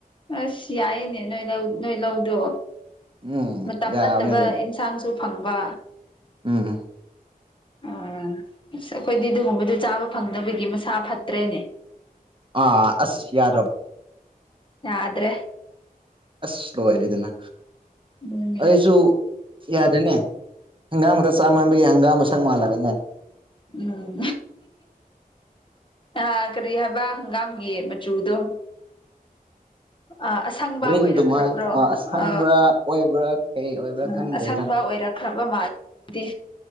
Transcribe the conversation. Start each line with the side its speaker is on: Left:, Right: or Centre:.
Left: ꯑꯁ ꯌꯥꯏꯌꯦꯅꯦ ꯅꯣꯏ ꯂꯧ ꯅꯣꯏ ꯂꯧꯗꯣ
Right: ꯎꯝ
Left: ꯃꯇꯝ
Right: ꯌꯥꯕꯅꯦ
Left: ꯅꯠꯇꯕ
Right: ꯑꯗꯨꯝ
Left: ꯏꯟꯁꯥꯡꯁꯨ ꯐꯪꯕ
Right: ꯎꯝ
Left: ꯑ ꯎꯝ ꯑꯁ ꯑꯩꯈꯣꯏꯗꯤ ꯑꯗꯨꯒꯨꯝꯕꯗ ꯆꯥꯕ ꯐꯪꯗꯅꯕꯒꯤ ꯃꯁꯥ ꯐꯠꯇ꯭ꯔꯦꯅꯦ
Right: ꯑꯥ ꯑꯁ ꯌꯥꯔ
Left: ꯌꯥꯗ꯭ꯔꯦ
Right: ꯑꯁ ꯂ ꯍꯥꯏꯔꯦꯗꯅ
Left: ꯎꯝ
Right: ꯑꯩꯁꯨ ꯌꯥꯗꯣꯏꯅꯦ ꯍꯪꯒꯥꯝꯗꯨꯗ ꯆꯥ ꯃꯕꯒꯤ ꯍꯪꯒꯥꯝ ꯑꯃ ꯁꯛ ꯃꯥꯜꯂꯕꯅꯦ
Left: ꯎꯝ ꯑꯥ ꯀꯔꯤ ꯍꯥꯕ ꯀꯝꯒꯤꯌꯦ ꯃꯆꯨꯗꯣ ꯑ ꯑꯁꯪꯕ
Right: ꯒ꯭ꯔꯤꯟꯗꯨꯝ
Left: ꯑꯣꯏꯔꯛꯈ꯭ꯔꯕ꯭ꯔꯣ
Right: ꯍꯥꯏ ꯑꯁꯪꯕ꯭ꯔꯥ
Left: ꯑ
Right: ꯑꯣꯏꯕ꯭ꯔꯥ ꯀꯩ ꯑꯣꯏꯕ꯭ꯔꯥ
Left: ꯎ
Right: ꯈꯪꯗ꯭ꯔꯦꯗ
Left: ꯑꯁꯪꯕ ꯑꯣꯏꯔꯛ꯭ꯔ ꯈꯕ ꯃꯥꯗꯤ